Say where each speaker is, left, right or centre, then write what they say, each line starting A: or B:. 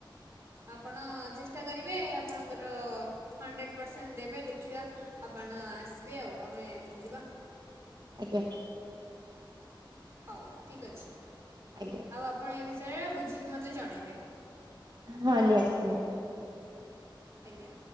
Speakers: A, on the right; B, on the right.
A: ଆପଣ ଚେଷ୍ଟା କରିବେ ଆପଣଙ୍କର ହଣ୍ଡ୍ରେଡ଼୍ ପରସେଣ୍ଟ ଦେବେ ଦେଖିବା ଆପଣ ଆସିବେ ଆଉ ଆମେ ବୁଲିବା।
B: ଆଜ୍ଞା।
A: ହଉ ଠିକ୍ ଅଛି।
B: ଆଜ୍ଞା
A: ଆଉ ଆପଣ ଏ ବିଷୟରେ ବୁଝିକି ମତେ ଜଣେଇବେ।
B: ହଁ ନିହାତି ନିହାତି।
A: ଆଜ୍ଞା।